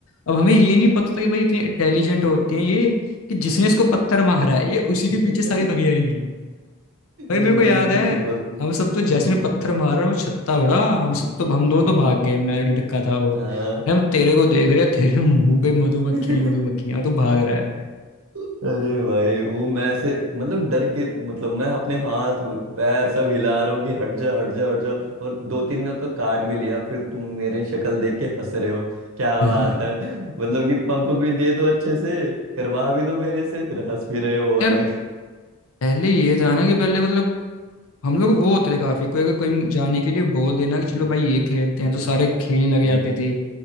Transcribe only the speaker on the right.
<laughs>
ये मेरे
पीछे भाग गई
हम्म
हम्म
हम्म,
हाँ।
<laughs>
अरे भाई वो मैं ऐसे मतलब डर के मतलब मैं अपने हाथ पैर सब हिला रहा हूँ कि हट जा हट जा हट जा और दो तीन ने तो काट भी लिया फिर तुम मेरी शक्ल देख के हंस रहे हो क्या
बात
है मतलब कि पंप भी दे दो अच्छे से करवा भी दो मेरे से फिर हंस भी रहे हो वो
अलग
<laughs>
हम्म,
हम्म,
हम्म,